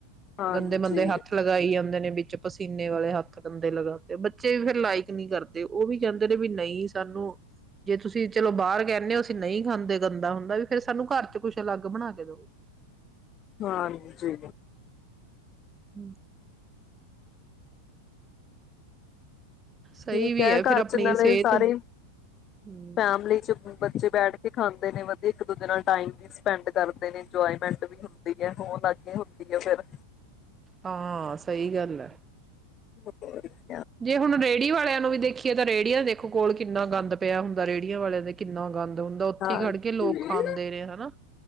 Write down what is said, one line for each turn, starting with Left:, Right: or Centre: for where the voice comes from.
Left: ਹਾਂਜੀ
Right: ਗੰਦੇ, ਮੰਦੇ ਹੱਥ ਲਗਾਈ ਜਾਂਦੇ ਨੇ ਵਿੱਚ ਪਸੀਨੇ ਵਾਲੇ ਹੱਥ ਗੰਦੇ ਲਗਾ ਤੇ ਬੱਚੇ ਵੀ ਫਿਰ ਲਾਈਕ ਨਹੀਂ ਕਰਦੇ ਉਹ ਵੀ ਕਹਿੰਦੇ ਨੇ ਵੀ ਨਹੀਂ ਸਾਨੂੰ ਜੇ ਤੁਸੀਂ ਚਲੋ ਬਾਹਰ ਕਹਿੰਦੇ ਹੋ ਅਸੀਂ ਨਹੀਂ ਖਾਂਦੇ ਗੰਦਾ ਹੁੰਦਾ, ਵੀ ਫਿਰ ਸਾਨੂੰ ਘਰ ਚ ਕੁੱਛ ਅਲੱਗ ਬਣਾ ਕੇ ਦਉ
Left: ਹਾਂਜੀ
Right: <inaudible> ਸਹੀ
Left: ਠੀਕ
Right: ਵੀ
Left: ਹੈ ਘਰ
Right: ਫਿਰ ਆਪਣੀ
Left: ਚ' ਨਾਲੇ
Right: ਸਿਹਤ
Left: ਸਾਰੇ
Right: ਹਮ
Left: ਫੈਮਲੀ ਚ' ਬੱਚੇ ਬੈਠ ਕੇ ਖਾਂਦੇ ਨੇ ਵਧੀਆ ਇੱਕ ਦੂਜੇ ਨਾਲ ਟਾਈਮ ਵੀ ਸਪੈਂਡ ਕਰਦੇ ਨੇ ਇੰਜੋਏਮੈਂਟ ਵੀ ਹੁੰਦੀ ਹੈ ਹੋ ਲੱਗੇ ਹੁੰਦੀ ਹੈ ਫਿਰ
Right: ਹਾਂ, ਸਹੀ ਗੱਲ ਹੈ
Left: <inaudible>
Right: ਜੇ ਹੁਣ ਰੇਹੜੀ ਵਾਲਿਆਂ ਨੂੰ ਨੂੰ ਵੀ ਦੇਖੀਏ ਤਾਂ ਰੇਹੜੀਆ ਦੇਖੋ ਕੋਲ ਕਿੰਨਾ ਗੰਦ ਪਿਆ ਹੁੰਦਾ ਰੇਹੜੀਆਂ ਵਾਲਿਆਂ ਦਾ ਕਿੰਨਾ ਗੰਦ ਹੁੰਦਾ ਉੱਥੇ
Left: ਹਾਂਜੀ
Right: ਖੜ ਕੇ ਲੋਕ ਖਾਂਦੇ ਨੇ ਹਨਾ